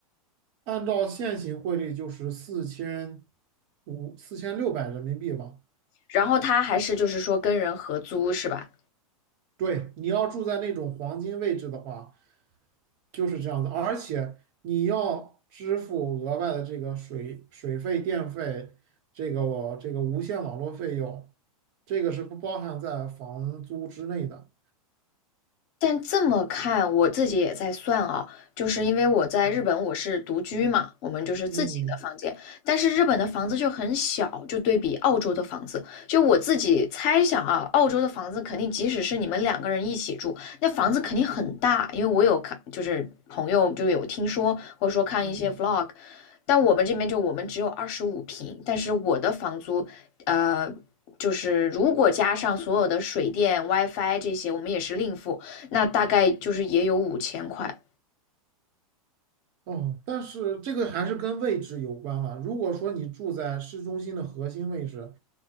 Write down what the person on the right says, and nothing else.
按照现行汇率就是四千五四千六百人民币吧。
对，你要住在那种黄金位置的话，就是这样子，而且你要支付额外的这个水水费、电费，这个我这个无线网络费用，这个是不包含在房租之内的。
嗯
嗯
哦，但是这个还是跟位置有关了。如果说你住在市中心的核心位置，